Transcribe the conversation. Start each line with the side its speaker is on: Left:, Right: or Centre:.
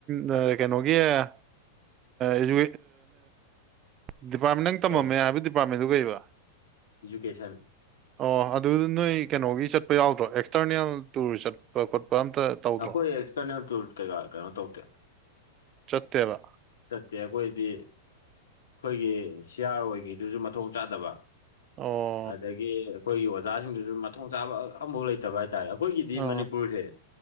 Right: ꯑ ꯀꯩꯅꯣꯒꯤ ꯑ ꯏꯖꯨ ꯗꯤꯄꯥꯔꯠꯃ ꯅꯪ ꯇꯝ
Left: ꯀꯩ
Right: ꯃꯝꯃꯦ ꯍꯥꯏꯕ ꯗꯤꯄꯥꯔꯠꯃꯦꯟꯗꯨ ꯀꯩꯕ
Left: ꯏꯖꯨꯀꯦꯁꯟ
Right: ꯑꯣ ꯑꯗꯨ ꯅꯣꯏ ꯀꯩꯅꯣꯒꯤ ꯆꯠꯄ ꯌꯥꯎꯗ꯭ꯔꯣ ꯑꯦꯛꯁꯇꯔꯅꯦꯜ ꯇꯨꯔ ꯆꯠꯄ ꯈꯣꯠꯄ ꯑꯝꯇ ꯇꯧꯗ꯭ꯔꯣ
Left: ꯑꯩꯈꯣꯏ ꯑꯦꯛꯁꯇꯔꯅꯦꯜ ꯇꯨꯔ ꯀꯩꯀꯥ ꯀꯩꯅꯣ ꯇꯧꯗꯦ
Right: ꯆꯠꯇꯕ
Left: ꯆꯠꯇꯦ ꯑꯩꯈꯣꯏꯗꯤ ꯑꯩꯈꯣꯏꯒꯤ ꯁꯤꯌꯥꯔ ꯑꯣꯏꯈꯩꯗꯨꯁꯨ ꯃꯊꯣꯡ ꯆꯥꯗꯕ
Right: ꯑꯣ
Left: ꯑꯗꯒꯤ ꯑꯩꯈꯣꯏꯒꯤ ꯑꯣꯖꯥꯁꯤꯡꯗꯨꯁꯨ ꯃꯊꯣꯡ ꯆꯥꯕ ꯑꯝꯐꯥꯎ ꯂꯩꯇꯦ ꯠꯇꯕ ꯍꯥꯏꯇꯥꯔꯦ ꯑꯩꯈꯣꯏꯒꯤꯗꯤ
Right: ꯑꯣ
Left: ꯃꯅꯤꯄꯨꯔꯁꯦ